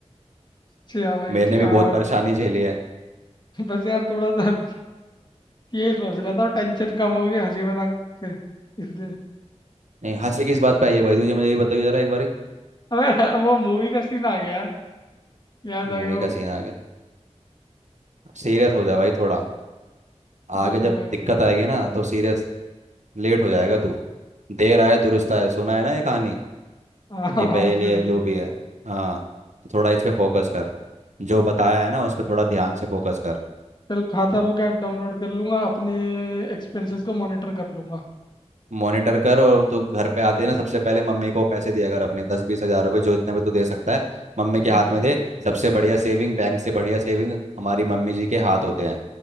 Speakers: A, on the left; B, on the right.
A: अच्छा भाई
B: मैंने
A: ठीक
B: भी
A: हाँ
B: बहुत
A: भाई।
B: परेशानी झेली है
A: बस यार थोड़ा सा ये सोच रहा था टेंशन कम हो गया हंसी मजाक से इसलिए
B: नहीं हंसी किस बात पे आई है भाई तुझे मुझे ये बताइए जरा एक बार
A: अबे वो मूवी का सीन आ गया यार याद
B: मूवी
A: आ गया
B: का
A: वो
B: सीन आ गया सीरियस हो जा भाई थोड़ा आगे
A: बिल्कुल
B: जब
A: भाई
B: दिक्कत
A: बिल्कुल
B: आएगी ना तो सीरियस लेट हो जाएगा तू देर आए दुरुस्त आए सुना है ना ये कहानी
A: हाँ हाँ
B: ये पहेली
A: हाँ, सुनिए
B: है जो भी है हाँ तो थोड़ा इस पे फोकस कर जो बताया है ना उस पर थोड़ा ध्यान से फोकस कर
A: चल खाता बुक ऐप डाउनलोड कर लूंगा अपने एक्सपेंसेस को मॉनिटर कर लूंगा
B: मॉनिटर कर और तो घर पे आते ही ना सबसे पहले मम्मी को पैसे दिया कर अपने दस बीस हजार रुपए जो इतने भी तू दे सकता है मम्मी के
A: हम्म
B: हाथ में दे सबसे बढ़िया सेविंग बैंक से बढ़िया सेविंग हमारी मम्मी जी के हाथ होते हैं